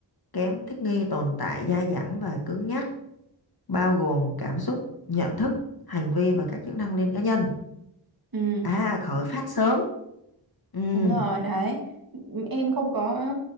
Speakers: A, on the left; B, on the right.
A: kém thích nghi tồn tại dai dẳng và cứng nhắc bao gồm cảm xúc nhận thức hành vi và các chức năng liên cá nhân
B: ừ
A: à khởi phát sớm ừ
B: Đúng rồi đấy em không có